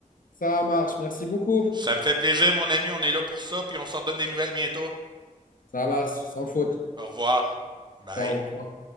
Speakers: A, on the left; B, on the right.
A: Ça marche, merci beaucoup.
B: Ça me fait plaisir, mon ami. On est là pour ça, puis on se redonne des nouvelles bientôt.
A: Ça marche, sans faute.
B: Au revoir. Bye.
A: Ciao, au revoir.